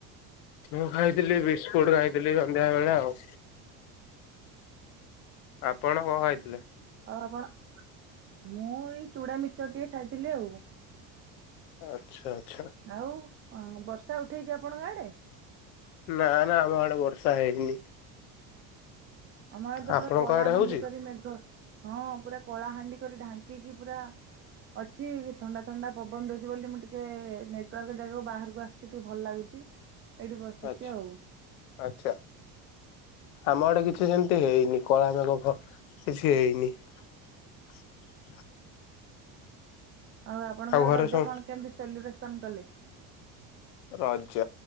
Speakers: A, on the left; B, on the right.
A: ମୁଁ ଖାଇଥିଲି ବିସ୍କୁଟ ଖାଇଥିଲି ସନ୍ଧ୍ୟା ବେଳେ ଆଉ। ଆପଣ କଣ ଖାଇଥିଲେ?
B: ଆଉ ଆପଣ? ମୁଁ ଏଇ ଚୁଡା, ମିର୍ଚର ଟିକେ ଖାଇଥିଲି ଆଉ।
A: ଆଛା, ଆଛା।
B: ଆଉ ଆଁ ବର୍ଷା ଉଠେଇଛି ଆପଣଙ୍କ ଆଡେ?
A: ନା, ନା ଆମ ଆଡେ ବର୍ଷା ହେଇନି।
B: ଆମ ଆଡ ତ
A: ଆପଣଙ୍କ
B: ପୁରା କଳା
A: ଆଡେ
B: ହାଣ୍ଡି
A: ହଉଛି?
B: କରି ମେଘ ହଁ ପୁରା କଳାହାଣ୍ଡି କରି ଢାଙ୍କିକି ପୁରା ଅଛି ଥଣ୍ଡା ଥଣ୍ଡା ପବନ ଦଉଛି ବୋଲି ମୁଁ ଟିକେ ନେଟୱାର୍କ ଜାଗାକୁ ବାହାରକୁ ଆସିୁଛି ଟିକେ ଭଲ ଲାଗୁଛି। ଏଇଠି ବସିଛି
A: ଆଚ୍ଛା
B: ଆଉ।
A: ଆଚ୍ଛା। ଆମ ଆଡେ କିଛି ସେମିତି ହେଇନି କଳ ମେଘ କିଛି ହେଇନି। <inaudible>
B: ଆଉ ଆପଣଙ୍କ ଆଡେ
A: ଘରେ
B: ରଜ
A: ସବୁ
B: କଣ କେମିତି ସେଲିବ୍ରେସନ କଲେ?
A: ରଜ